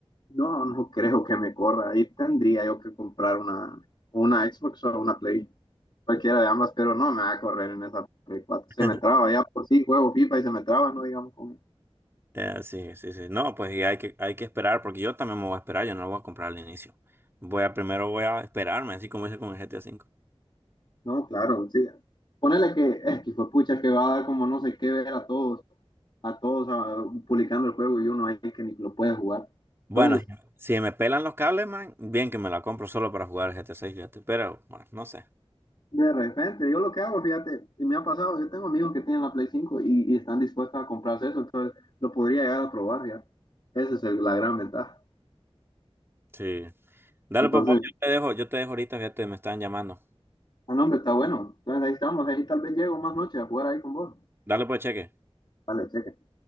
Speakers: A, on the left; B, on the right.
A: No, no creo que me corra. Ahí tendría yo que comprar una, una Xbox o una Play, cualquiera de ambas, pero no me va a correr en esa Play 4. Se
B: <laughs>
A: me traba ya por sí, juego FIFA y se me traba, no digamos con...
B: Eh, sí, sí, sí. No, pues y hay que, hay que esperar, porque yo también me voy a esperar, yo no lo voy a comprar al inicio. Voy a, primero voy a esperarme, así como hice con el GTA V.
A: No, claro, sí. Ponele que, es que fue pucha que va a dar como no sé qué ver a todos, a todos ah, publicando el juego y uno ahí que ni lo puede jugar.
B: Bueno,
A: Entonces
B: si si me pelan los cables, man, bien que me la compro solo para jugar el GTA 6, fíjate, pero, bueno, no sé.
A: De repente, yo lo que hago, fíjate, y me ha pasado, yo tengo amigos que tienen la Play 5 y, y están dispuestos a comprarse eso, entonces lo podría llegar a probar ya. Esa es el- la gran ventaja.
B: Sí. Dale
A: Entonces,
B: pues, pues, yo te dejo, yo te dejo ahorita, fíjate, me están llamando.
A: ah, no, hombre, está bueno. Entonces ahí estamos, ahí tal vez llego más noche a jugar ahí con vos.
B: Dale pues, cheque.
A: Vale, cheque.